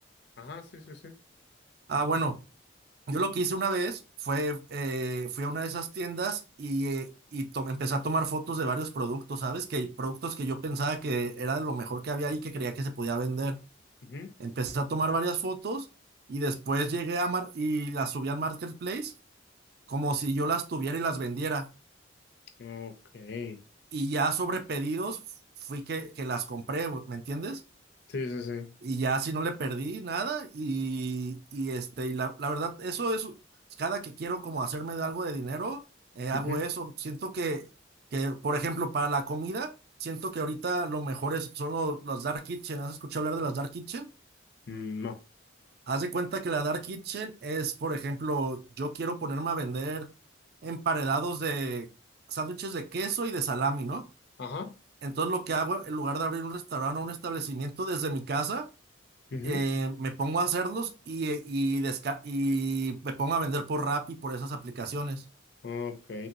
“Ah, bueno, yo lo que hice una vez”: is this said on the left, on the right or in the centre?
Right